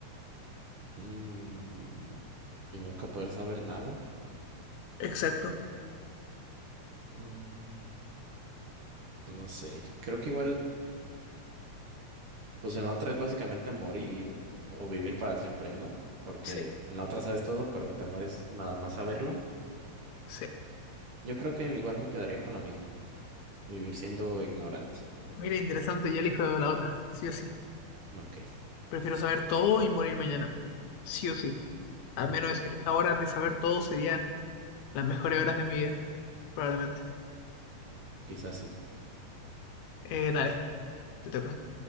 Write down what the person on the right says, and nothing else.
Mm, y nunca poder saber nada.
Mm, no sé. Creo que igual, pues en la otra es básicamente morir o vivir para siempre, ¿no? Porque
en la otra sabes todo, pero te mueres nada más saberlo.
Yo creo que igual me quedaría con la misma. Vivir siendo ignorante.
Ok.
Muy
bien,
quizás sí.